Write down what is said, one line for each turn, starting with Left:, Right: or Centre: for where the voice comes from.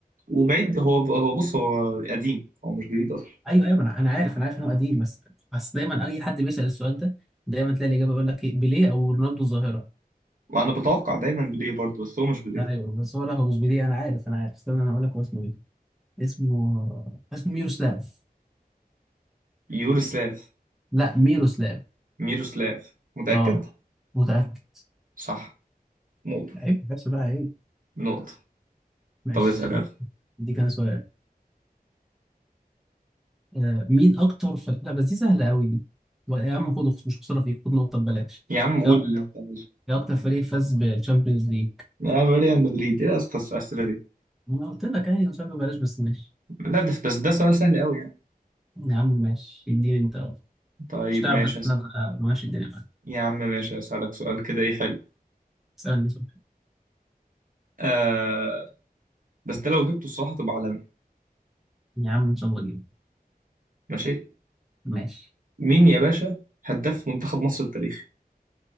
Right: وبعيد هو هو بص هو قديم هو مش جديد اصلا.
Centre: أيوه أيوه أنا أنا عارف أنا عارف إن هو قديم بس بس دايما أي حد بيسأل السؤال ده دايما تلاقي الإجابة يقول لك إيه بيليه أو رونالدو الظاهرة
Right: وانا بتوقع دايما بوديه برضه بس هو مش بوديه
Centre: أيوه بس هو لا هو مش بيليه أنا عارف أنا عارف استنى أنا هقول لك هو اسمه إيه اسمه اسمه ميروسلاف
Right: يوروسلاف
Centre: لا ميروسلاف
Right: ميروسلاف متأكد
Centre: آه متأكد
Right: صح نقطة
Centre: عيب بس بقى عيب
Right: نقطة
Centre: معلش
Right: طب اسأل يلا
Centre: دي كان سؤال آه مين اكتر ف... لا بس دي سهله قوي دي يا عم خد مش خساره فيك خد نقطه ببلاش
Right: يا عم قول
Centre: يا أك-
Right: اللي انت عايزه
Centre: يا اكتر فريق فاز بالشامبيونز ليج
Right: يا ريال مدريد ايه يا اسطى الأسئلة دي
Centre: انا قلت لك يعني مش عارف، ببلاش بس ماشي
Right: لا ده بس ده سؤال سهل قوي يعني
Centre: يا عم ماشي اديني انت أهو.
Right: طيب
Centre: مش تعرف
Right: ماشي
Centre: بس
Right: اسأل
Centre: إن انا بقى ماشي الدنيا معاك
Right: يا عم ماشي اسألك سؤال كده ايه حلو
Centre: اسالني سؤال
Right: آه بس ده لو جبته الصراحة تبقى عالمي
Centre: يا عم ان شاء الله اجيب
Right: ماشي
Centre: ماشي
Right: مين يا باشا هداف منتخب مصر التاريخي